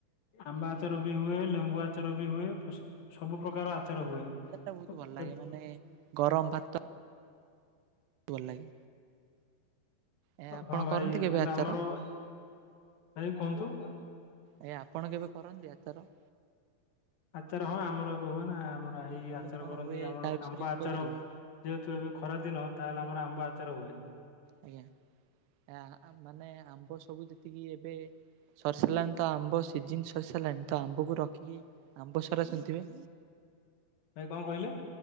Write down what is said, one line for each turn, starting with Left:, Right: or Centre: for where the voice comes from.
Left: ଆମ୍ବ ଆଚାର ବି ହୁଏ ଲେମ୍ବୁ ଆଚାର ବି ହୁଏ ପସ ସବୁ ପ୍ରକାର ଆଚାର ହୁଏ।
Right: ତେ ବହୁତ ଭଲ ଲାଗେ
Left: ଏବ୍-
Right: ମାନେ ଗରମ ଭାତ ଭଲ ଲାଗେ। ଏ ଆପଣ
Left: ହଁ ଭାଇ
Right: କରନ୍ତି କେବେ
Left: ବଇଲେ
Right: ଆଚାର?
Left: ଆମର ଭାଇ କୁହନ୍ତୁ?
Right: ଆଜ୍ଞା ଆପଣ କେବେ କରନ୍ତି ଆଚାର?
Left: ଆଚାର ହଁ ଆମର ଏବେ ହୁଏ ନା ଆମର ଏଇ
Right: କେମିତି
Left: ଆଚାର
Right: କଣ
Left: କରନ୍ତି
Right: ହୁଏ
Left: ଆମର
Right: ତା ବିଷୟରେ
Left: ଆମ୍ବ
Right: କିଛି
Left: ଆଚାର।
Right: କହିପାରିବେ?
Left: ଯେହେତୁ ଏବେ ଖରାଦିନ ତାହେଲେ ଆମର ଆମ୍ବ ଆଚାର ହୁଏ।
Right: ଆଜ୍ଞା ହଁ ଆମ୍ ମାନେ ଆମ୍ବ ସବୁ ଯେତିକି ଏବେ ସରି ସାରିଲାଣି ତ ଆମ୍ବ ସିଜିିନ୍ ସରି ସାରିଲାଣି ତ ଆମ୍ବକୁ ରଖିକି ଆମ୍ବ ସରା କରୁଥିବେ?
Left: ଭାଇ କଣ କହିଲେ?